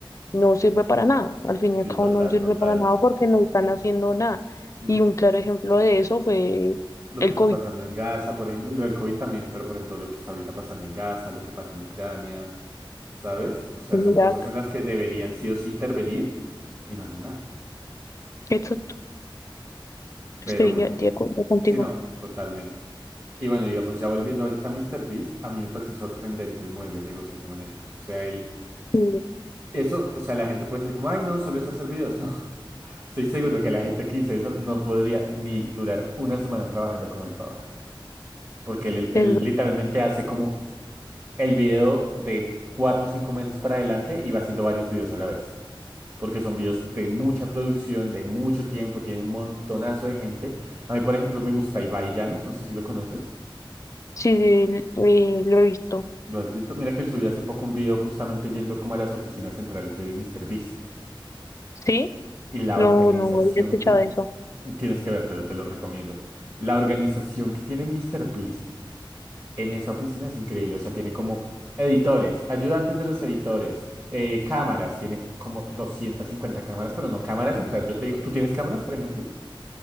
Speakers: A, on the left; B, on the right.
A: no sirve para nada. Al fin y al
B: Sí,
A: cabo
B: total,
A: no sirve
B: total.
A: para nada porque no están haciendo nada.
B: Mm,
A: Y un claro ejemplo de eso fue
B: Lo
A: el
B: que está
A: COVID
B: pasando en Gaza, por ejemplo, lo del COVID también, pero por ejemplo, lo que está ahorita pasando en Gaza, lo que pasa en Ucrania, ¿sabes? O sea,
A: en
B: son
A: Irak.
B: cosas en las que deberían sí o sí intervenir y no hacen nada.
A: Exacto, estoy
B: Pero bueno,
A: ya- de acuerdo contigo.
B: sí, no, totalmente. Y bueno, digamos, ya volviendo ahorita a míster Beast a mí me parece sorprendente el modelo de negocio que maneja. O sea, él,
A: Sí,
B: eso, o sea, la gente puede decir como, ay, no, solo es hacer videos. No, <laughs> estoy seguro que la gente que dice eso no podría ni durar una semana trabajando como él trabaja. Porque él, él
A: es ver-
B: literalmente hace como el video de cuatro o cinco meses para adelante y va haciendo varios videos a la vez. Porque son videos de mucha producción, de mucho tiempo, tiene un montonazo de gente. A mí, por ejemplo, me gusta Ibai Llanos, no sé si lo conoces.
A: sí, eh, lo he visto.
B: ¿Lo has visto? Mira que él subió hace poco un video justamente yendo como a las oficinas centrales de míster Beast
A: ¿Sí?
B: Y la
A: No,
B: organización
A: no he escuchado
B: que... ti-
A: eso.
B: Tienes que vértelo, te lo recomiendo. La organización que tiene míster Beast en esa oficina es increíble. O sea, tiene como editores, ayudantes de los editores, eh, cámaras. Tiene como 250 cámaras, pero no cámaras en plan, yo te digo, ¿tú tienes cámaras, por ejemplo?